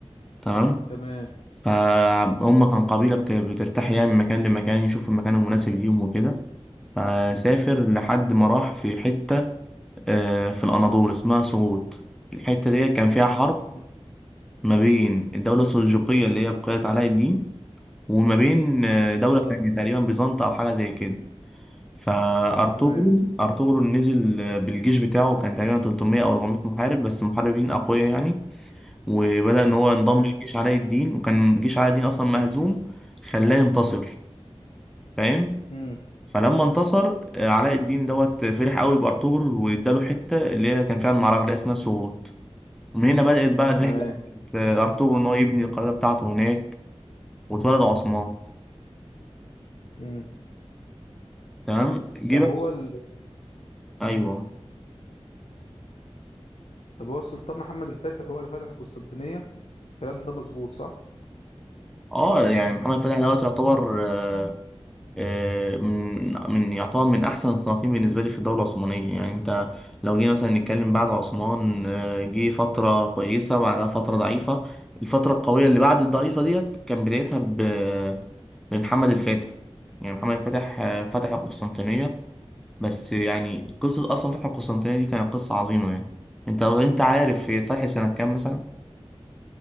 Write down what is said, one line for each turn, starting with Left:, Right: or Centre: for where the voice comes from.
Centre: تمام
Left: تمام
Centre: فهم كان قبيله بت- بترتاح يعني من مكان لمكان يشوف المكان المناسب ليهم وكده فسافر لحد ما راح في حته آه، في الاناضول اسمها سوغوت الحته ديت كان فيها حرب
Left: مم.
Centre: ما بين الدوله السلجوقيه اللي هي بقيت علاء الدين وما بين آه، دولة
Left: بالظبط
Centre: تانية تقريبا بيزنطة أو حاجة زي كده فأرطغرل
Left: تمام
Centre: أرطغرل نزل آه، بالجيش بتاعه كان تقريبا 300 أو 400 محارب بس محاربين أقوياء يعني وبدأ إن هو ينضم
Left: تمام
Centre: لجيش علاء الدين وكان جيش علاء الدين أصلا مهزوم خلاه ينتصر فاهم
Left: مم.
Centre: فلما انتصر آه، علاء الدين دوت فرح قوي بأرطغرل واداله حتة اللي هي كان فيها المعركة اللي هي اسمها سوغوت ومن هنا بدأت بقى الرحلة
Left: تمام
Centre: بتاعت آه، أرطغرل إن هو يبني القلعة بتاعته هناك واتولد عثمان
Left: مم.
Centre: تمام جه
Left: طب
Centre: بقى
Left: هو ال...
Centre: ايوه
Left: طب هو السلطان محمد الفاتح هو اللي فتح القسطنطينية الكلام ده مظبوط صح؟
Centre: اه يعني محمد فتحي دوت يعتبر آه، آه، من من يعتبر من احسن الصناعين بالنسبه لي في الدوله العثمانيه يعني انت لو جينا مثلا نتكلم بعد عثمان آه، جه فتره كويسه وبعدها فتره ضعيفه الفتره القويه اللي بعد الضعيفه ديت كان بدايتها ب- بمحمد الفاتح يعني محمد الفاتح آه، فتح القسطنطينيه بس يعني قصه اصلا فتح القسطنطينيه دي كانت قصه عظيمه يعني انت انت عارف هي فتحت
Left: مم.
Centre: سنه كام مثلا